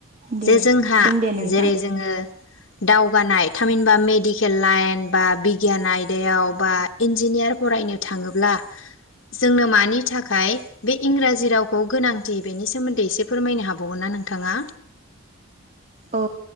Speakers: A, on the right; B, on the left.
A: दे
B: जे जोंहा
A: सों दे नोंथां
B: जेरै जोङो दावगानाय थामहिनबा मेडिकेल लाइन बा बिगियान आयदायाव बा इन्जिनियार फरायनो थाङोब्ला जोंनो मानि थाखाय बे इंराजि रावखौ गोनांथि बेनि सोमोन्दै एसे फोरमायनो हाबावगोन ना नोंथाङा?
A: औ